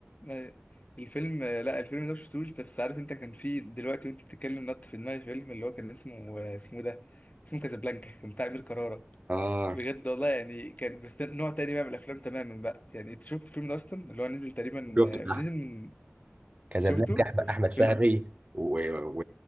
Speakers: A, on the left; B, on the right.
A: أيوة. الفيلم لا الفيلم ده مشفتوش بس عارف انت كان فيه دلوقتي وانت بتتكلم نط في دماغي فيلم اللي هو كان اسمه اسمه ده اسمه كازابلانكا كان بتاع امير كرارة
B: اه
A: بجد والله يعني كان بس ده نوع تاني بقى من الافلام تماما بقى يعني انت شفت الفيلم ده اصلا اللي هو نزل تقريبا
B: شفته
A: نزل من
B: كازابلانكا
A: شفته
B: احمد أحمد
A: فيلم
B: فهمي و و